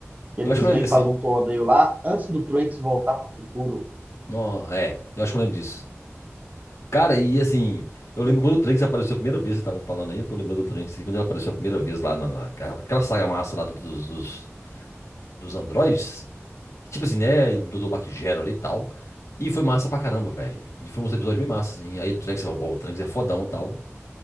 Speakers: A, on the right; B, on the left.
A: que
B: Eu
A: eles
B: acho que eu
A: vêm
B: lembro desse.
A: fazer um torneio lá antes do Trunks voltar para o futuro.
B: Não, é, eu acho que eu lembro disso. Cara, e assim, eu lembro quando o Trunks apareceu a primeira vez, você tava falando aí, eu tô lembrando do Trunks, quando ele apareceu a primeira vez lá na, na- aquela saga massa lá do- dos, dos, dos androides. Tipo assim, né, e do Dr. Mac Gero ali e tal. E foi massa pra caramba, velho. E foi uns episódios bem massa, assim. Aí o Trunks falou, pô, o Trunks é fodão e tal.